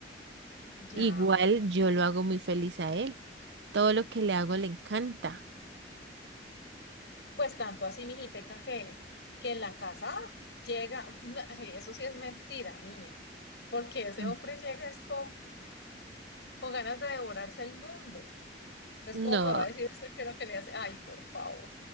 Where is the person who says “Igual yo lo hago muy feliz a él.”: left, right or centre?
Right